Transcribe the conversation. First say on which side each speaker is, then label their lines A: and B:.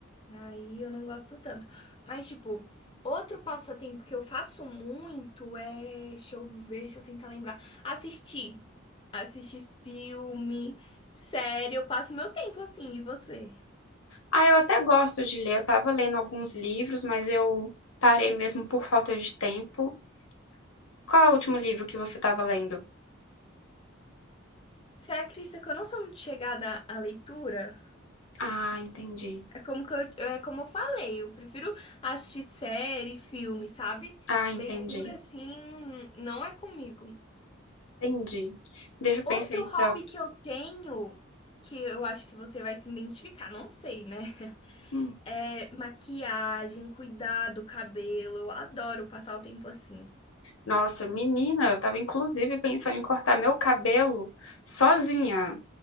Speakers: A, on the left (about 25°); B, on the left (about 90°).
A: Aí eu não gosto tanto. Mas, tipo, outro passatempo que eu faço muito é. Deixa eu ver, deixa eu tentar lembrar. Assistir. Assistir filme, série, eu passo meu tempo assim, e você?
B: Ah, eu até gosto de ler. Eu tava lendo alguns livros, mas eu parei mesmo por falta de tempo. Qual é o último livro que você estava lendo?
A: Você acredita que eu não sou muito chegada à leitura?
B: Ah, entendi.
A: É como que eu, é como eu falei, eu prefiro assistir série, filme, sabe?
B: Ah, entendi.
A: Leitura, assim, não é comigo.
B: Entendi. Deixa eu
A: Outro
B: pensar então.
A: hobby que eu tenho, que eu acho que você vai se identificar, não sei, né?
B: Hum,
A: É maquiagem, cuidar do cabelo. Eu adoro passar o tempo assim.
B: Nossa, menina, eu tava inclusive pensando em cortar meu cabelo sozinha.